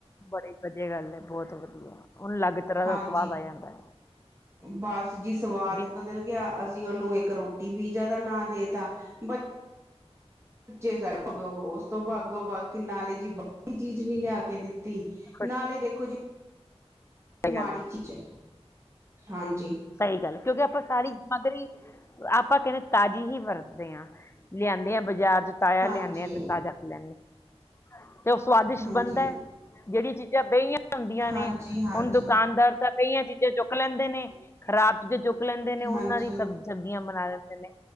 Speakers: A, on the left; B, on the right.
A: ਬੜੀ ਵਧੀਆ ਗੱਲ ਏ, ਬਹੁਤ ਵਧੀਆ। ਓਹੁਣੁ ਅਲੱਗ ਤਰ੍ਹਾਂ
B: ਹਾਂਜੀ
A: ਦਾ ਸਵਾਦ ਆ ਜਾਂਦਾ।
B: ਬਸ ਜੀ ਸਵਾਦ
A: ਵੀ
B: ਬਦਲ ਗਿਆ, ਅਸੀਂ ਉਹਨੂੰ ਇੱਕ ਰੋਟੀ ਪੀਜ਼ਾ ਦਾ ਨਾਂ ਦੇਤਾ ਬੱ ਬੱਚੇ ਸਾਡੇ ਉਸ ਤੋਂ ਬਾਗੋ-ਬਾਗ, ਨਾਲੇ ਜੀ ਬਾਹਰ ਚੀਜ਼ ਨੀ ਲਿਆਕੇ ਦਿੱਤੀ।
A: ਖੁਸ਼
B: ਨਾਲੇ ਦੇਖੋ ਜੀ
A: ਸਹੀ
B: ਮਾੜੀ
A: ਗੱਲ ਹੈ
B: ਚੀਜ਼ ਐ, ਹਾਂਜੀ।
A: ਸਹੀ ਗੱਲ, ਕਿਉਂਕਿ ਆਪਾਂ ਸਾਰੀ ਸਮੱਗਰੀ, ਆਪਾਂ ਕਹਿੰਦੇ ਤਾਜ਼ੀ ਹੀ ਵਰਤਦੇ ਹਾਂ। ਲਿਆਂਦੇ ਆ ਬਜ਼ਾਰ'ਚ ਤਾਜ਼ਾ
B: ਹਾਂਜੀ
A: ਲਿਆਂਨੇ ਹਾਂ, ਤੇ ਤਾਜ਼ਾ ਖੀਲਾਂਦੇ ਹਾਂ। ਤੇ ਉਹ ਸਵਾਦਿਸ਼ਟ
B: ਹਾਂਜੀ
A: ਬਣਦਾ ਏ? ਜਿਹੜੀ ਚੀਜ਼ਾਂ ਬੇਹੀਆਂ ਹੁੰਦੀਆਂ
B: ਹਾਂਜੀ
A: ਨੇ,
B: ਹਾਂਜੀ
A: ਹੁਣ ਦੁਕਾਨਦਾਰ ਤਾਂ ਬੇਹੀਆਂ ਚੀਜ਼ਾਂ ਚ ਚੁੱਕ ਲੈਂਦੇ ਨੇ, ਖਰਾਬ ਚੀਜ਼ਾ ਚੁੱਕ ਲੈਂਦੇ ਨੇ, ਉਹਨਾਂ
B: ਹਾਂਜੀ
A: ਦੀ ਸਬ, ਸਬਜ਼ੀਆਂ ਬਣਾ ਲੈਂਦੇ ਨੇ।